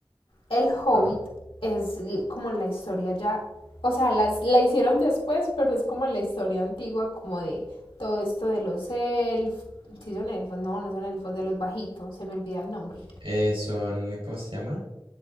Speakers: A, on the left; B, on the right.
A: El Hobbit
B: Ajá.
A: es como la historia ya, o sea, las, la hicieron después, pero es como la historia antigua, como de todo esto de los elfos, sí son elfos, no, no son elfos, de los bajitos, se me olvida el nombre.
B: Eh, son, ¿cómo se llama?